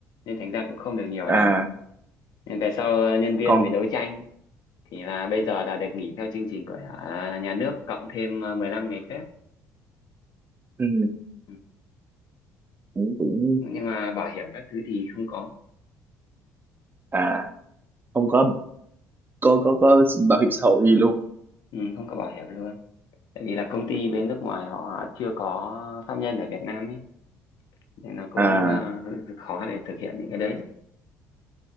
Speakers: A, on the left (about 55°); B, on the right (about 25°).
A: nên thành ra cũng không được nhiều
B: à
A: lắm nên về sau ờ, nhân viên
B: còn
A: mới đấu tranh thì là bây giờ là được nghỉ theo chương trình của à, nhà nước cộng thêm à, 15 ngày phép
B: ừ,
A: ừ.
B: cũng cũng
A: nhưng mà bảo hiểm các thứ thì không có
B: à không có có có có bảo hiểm xã hội gì luôn
A: ừ, không có bảo hiểm luôn tại vì là công ty bên nước ngoài họ chưa có pháp nhân ở Việt Nam ấy nên là cũng
B: à
A: à, khó để thực hiện những cái đấy